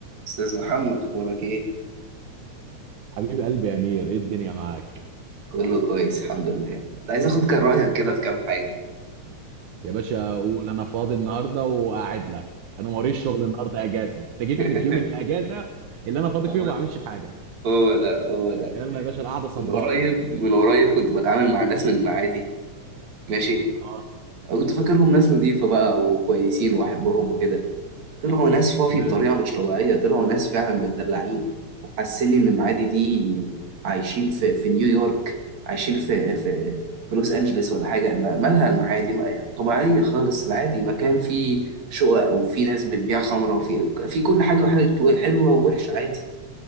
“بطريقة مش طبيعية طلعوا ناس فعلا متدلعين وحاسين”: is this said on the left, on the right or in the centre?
Right